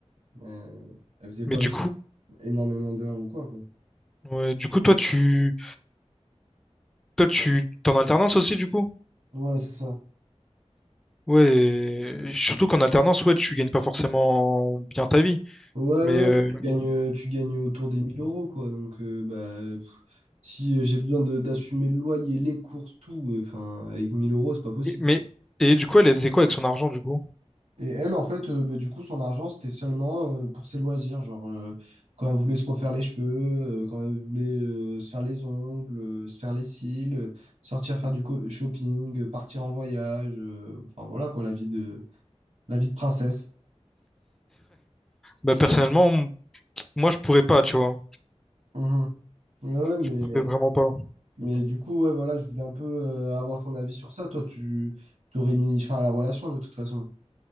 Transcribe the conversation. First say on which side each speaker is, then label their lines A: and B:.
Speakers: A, on the right; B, in the centre.
A: euh, elle faisait pas
B: Mais du
A: non-
B: coup,
A: énormément d'heures ou quoi, quoi.
B: ouais, du coup, toi, tu, toi, tu, t'es en alternance aussi, du coup?
A: Ouais, c'est ça.
B: Ouais, et surtout qu'en alternance, ouais, tu gagnes pas forcément bien ta vie.
A: Ouais,
B: Mais,
A: ouais,
B: euh,
A: tu gagnes, tu gagnes autour des 1000 euros, quoi. Donc, euh, bah, pff, si euh, j'ai besoin de- d'assumer le loyer, les courses, tout, enfin, avec 1000 euros, c'est pas possible.
B: et- mais et du coup, elle, elle faisait quoi avec son argent, du coup?
A: Et elle, en fait, euh, bah, du coup, son argent, c'était seulement euh, pour ses loisirs. Genre, euh, quand elle voulait se refaire les cheveux, euh, quand elle voulait euh, se faire les ongles, euh, se faire les cils, euh, sortir faire du co- shopping, euh, partir en voyage. euh, enfin, voilà, quoi, la vie de, la vie de princesse.
B: Bah, personnellement, m- moi, je pourrais pas, tu vois.
A: Mhm. Ouais, ouais, mais,
B: Je pourrais vraiment pas.
A: mais du coup, ouais, voilà, je voulais un peu euh, avoir ton avis sur ça. Toi, tu t'aurais mis fin à la relation, de toute façon.